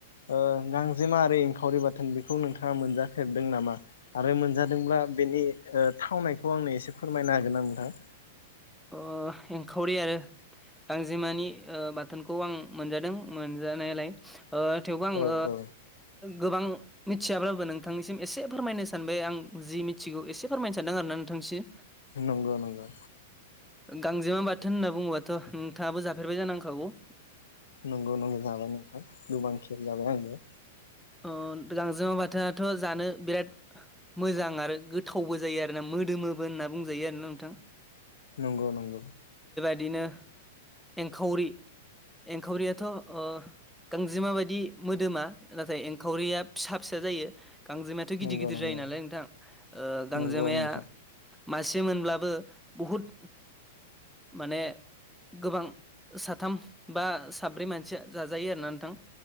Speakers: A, on the left; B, in the centre.
A: ओ गांजेमा आरो एंखावरि बाथोन बेखौ नोंथाङा मोनजाफेरदों नामा? आरो मोनजादों ब्ला बेनि ओ थावनायखौ आंनो एसे फोरमायना होगोना नोंथांङां।
B: अ एंखावरि आरो गांजेमानि ओ बाथोनखौ आं मोनजादों मोनजानायालाय। ओ थेवबो आंङो
A: औ औ
B: गोबां मिथियाब्लाबो नोंथांनिसिम एसे फोरमायनो सानबाय। आं जि मिथिगौ एसे फोरमायनो सानदों आरोना नोंथांसिम।
A: नंगौ नंगौ।
B: गांजेमा बाथोन होनना बुङोबाथ' नोंथाङाबो जाफेरबाय जानांखागौ।
A: नंगौ नंगौ जाबाय नोंथां गोबां खेब जाबाय आंनो।
B: अ गांजेमा बाथोआथ' जानो बिराद मोजां आरो गोथावबो जायो आरोना मोदोमोबो होनना बुंजायो आरोना नोंथां।
A: नंगौ नंगौ।
B: बिदिनो एंखावरि एंखावरियाथ' ओ गांजेमााबायदि मोदोमा नाथाय एंखावरिया फिसा फिसा जायो। गांजेमायाथ' गिदिर
A: नंगौ
B: गिदिर
A: नंगौ
B: जायो नालाय नोंथां ओ गांजेमाया
A: नंगौ नोंथां
B: मासे मोनब्लाबो बहुत माने गोबां साथाम बा साब्रै मानसिया जाजायो आरोना नोंथां।